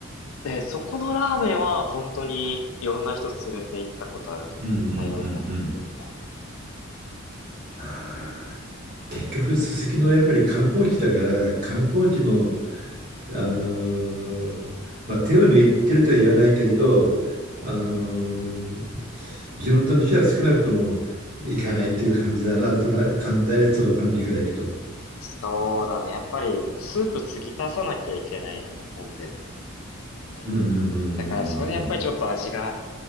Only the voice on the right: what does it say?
うんうん
うんうん。ああ結局、すすきのやっぱり観光地だから、観光地の、あのーまあ、手を抜いてるとは言わないけれど、あのー地元の人は少なくとも行かないっていう感じだな、そんな簡単なその感じからいくと。
うんうんうんうんう
ん